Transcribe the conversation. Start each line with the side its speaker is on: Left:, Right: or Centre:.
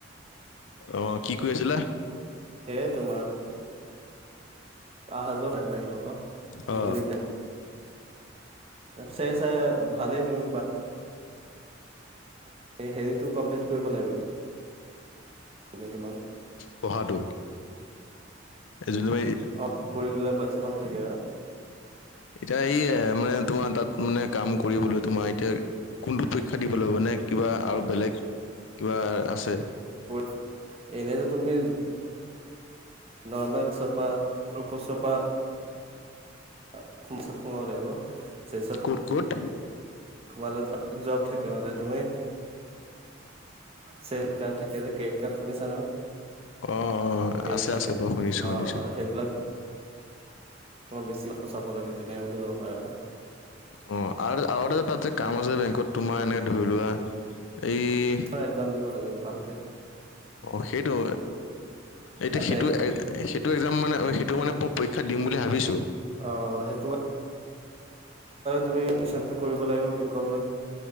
Left: অ কি কৈ আছিলা?
Right: সেয়ে তোমাৰ আহা যোৱা বেংক বেংকৰ পৰা
Left: অ।
Right: একো দিগদাৰ চাই চাই ভালেই তুমি হেৰিটো কমপ্লিট কৰিব লাগিবে তোমাক
Left: পঢ়াটো এই যোনটো এই
Right: অ কৰিলে বেছি ভাল থাকে আৰু।
Left: এতিয়া এইয়ে মানে তোমাৰ তাত মানে কাম কৰিবলৈ তোমাৰ এতিয়া কোনটো পৰীক্ষা দিব লাগিব? মানে কিবা আৰু বেলেগ কিবা আছে?
Right: পৰি এনেতো তুমি নৰ্মেল চফা খুপ চফা <unintelligible> সোমাব লাগিব <unintelligible>
Left: ক'ত ক'ত?
Right: সোমালে তোমাৰ জব থাকে মানে তুমি চেল্থ কাৰ্ড থাকে যে ক্ৰেডিট কাৰ্ড শুনিছানে?
Left: অ অ
Right: ক্ৰেডিট
Left: আছে
Right: কাৰ্ড
Left: আছে বাৰু শুনিছো শুনিছো
Right: অ অ সেইবিলাক তোমাৰ বেছি সচাব লাগে তেনেকা বুলি কব পাৰা আৰু।
Left: অ আৰু আৰু এটা তাত যে কাম আছে বেংকত তোমাৰ এনেকে ধৰি লোৱা এই
Right: একজাম দিব লাগে ভালকে
Left: অ সেইটো, এতিয়া সেইটো
Right: বেংক
Left: এ সে টো একজাম মানে, সেইটোমানে মই পৰীক্ষাত দিম বুলি ভাবিছোঁ ৷
Right: অ' সেইটো তুমি এডমিশনটো কৰিব লাগিব বিকম লৈ